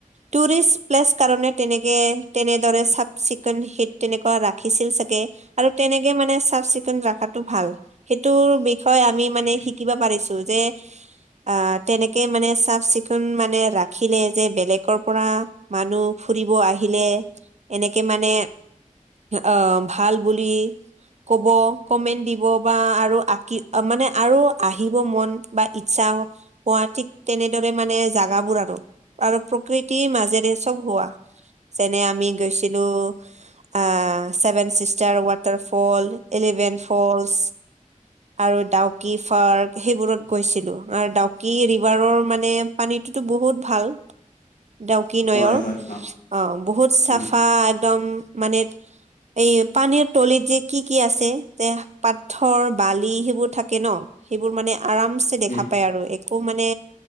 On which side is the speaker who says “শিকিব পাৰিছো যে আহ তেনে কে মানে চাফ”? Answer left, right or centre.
Right